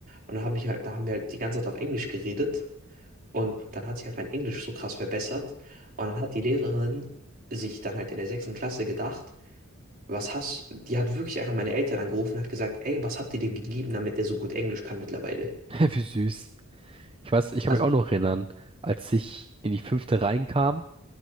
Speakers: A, on the right; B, on the right.
A: Und dann habe ich halt, da haben wir halt die ganze Zeit auf Englisch geredet. Und dann hat sich halt mein Englisch so krass verbessert. Und dann hat die Lehrerin sich dann halt in der sechsten Klasse gedacht, was hast, die hat wirklich einfach meine Eltern angerufen und hat gesagt, ey, was habt ihr dem gegeben, damit der so gut Englisch kann mittlerweile?
B: <laughs> Wie süß. Ich weiß, ich kann
A: Also,
B: mich auch noch erinnern, als ich in die fünfte reinkam,